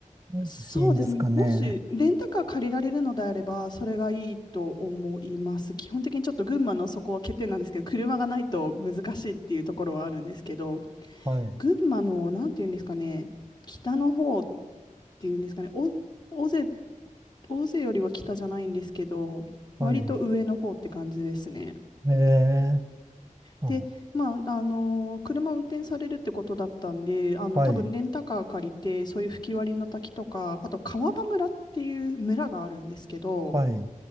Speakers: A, on the right (about 20°); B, on the left (about 30°).
A: <laughs>
B: そうですね。
A: いいんですかね。
B: もし、レンタカー借りられるのであれば、それがいいと思います。基本的にちょっと群馬のそこは欠点なんですけど、車がないと難しいっていうところはあるんですけど、
A: はい。
B: 群馬の、なんていうんですかね、北の方っていうんですかね、お、大勢、大勢よりは北じゃないんですけど、
A: はい。
B: 割と上の方って感じですね。
A: ええ、あ、
B: で、まあ、あの車を運転されるってことだったんで、あの多分レンタカー借りて、
A: はい。
B: そういう吹き割りの滝とか、あと川場村っていう村があるんですけど、
A: はい。